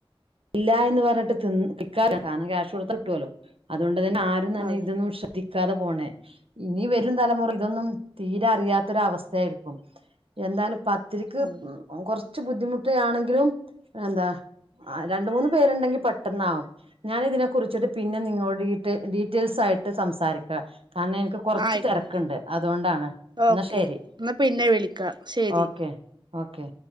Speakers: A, on the right (about 70°); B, on the right (about 50°).
A: ഇല്ല എന്ന് പറഞ്ഞിട്ട് തി തിക്കാല്ലോ കാരണം ക്യാഷ് കൊടുത്താൽ കിട്ടുവല്ലോ അതുകൊണ്ട് ആരും തന്നെ
B: അതെ
A: ഇതൊന്നും ശ്രദ്ധിക്കാതെ പോണ് ഇനി വരും തലമുറ ഇതൊന്നും തീരെ അറിയാത്ത ഒരുഅവസ്ഥയായിരിക്കും എന്തായാലും പത്തിരിക്ക്
B: അതെ
A: കൊറച്ച് കുറച്ച് ബുദ്ധിമുട്ടയാണെങ്കിലും എന്താ ആ രണ്ട്മൂന്ന് പേരുണ്ടെങ്കിൽ പെട്ടന്നാവും ഞാൻ ഇതിനെ കുറിച്ചിട്ട് പിന്നെ നിങ്ങളോട് ഡീറ്റെയിൽസ് ആയിട്ട് ട്ട്സംസാരിക്കുക കാരണം എനിക്ക് കൊറച്ച്
B: ആയിക്കോട്ടെ
A: തിരക്കുണ്ട് അതുകൊണ്ടാണ്
B: ഓക്കെ
A: എന്നാ ശരി
B: എന്നാൽ പിന്നെ വിളിക്കാം ശരി
A: ഓക്കെ ഓക്കെ